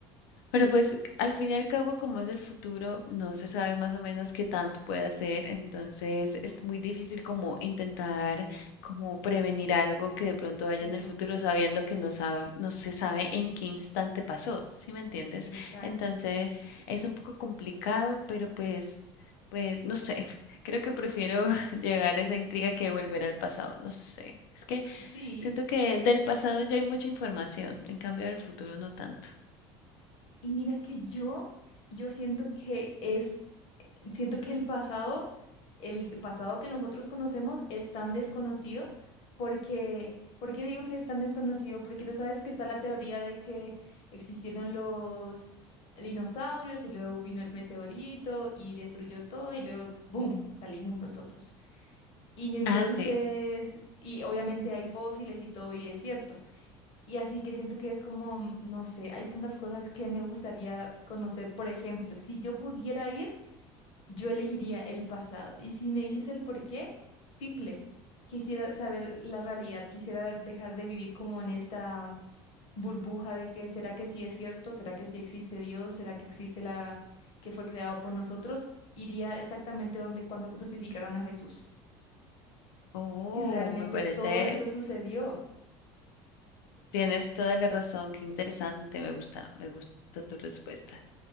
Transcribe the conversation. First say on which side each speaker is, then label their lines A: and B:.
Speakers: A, on the left; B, on the left.
A: pero pues al fin y al cabo, como es el futuro, no se sabe más o menos qué tanto puede hacer, entonces es muy difícil como intentar como prevenir algo que de pronto vaya
B: claro.
A: en el futuro sabiendo que no sabe, no se sabe en qué instante pasó, ¿sí me entiendes?
B: Exacto.
A: Entonces es un poco complicado, pero pues, pues no sé, <laughs> creo que prefiero <laughs> llegar a esa intriga que volver al pasado, no sé. Es que
B: Sí,
A: siento que del pasado ya hay mucha información, en cambio del futuro no tanto.
B: y mira que yo, yo siento que es, siento que el pasado, el pasado que nosotros conocemos es tan desconocido porque, ¿por qué digo que es tan desconocido? Porque tú sabes que está la teoría de que existieron los dinosaurios y luego vino el meteorito y destruyó todo y luego, ¡boom!, salimos nosotros. Y entonces,
A: Ah, sí.
B: y obviamente hay fósiles y todo y es cierto. Y así que siento que es como, mm, no sé, hay tantas cosas que me gustaría conocer. Por ejemplo, si yo pudiera ir, yo elegiría el pasado. Y si me dices el por qué, simple. Quisiera saber la realidad, quisiera dejar de vivir como en esta burbuja de que será que sí es cierto, será que sí existe Dios, será que existe la que fue creado por nosotros. Iría exactamente donde cuando crucificaron a Jesús.
A: Oh,
B: Si realmente
A: me parece,
B: todo eso sucedió.
A: tienes toda la razón, qué interesante, me gusta, me gusta tu respuesta.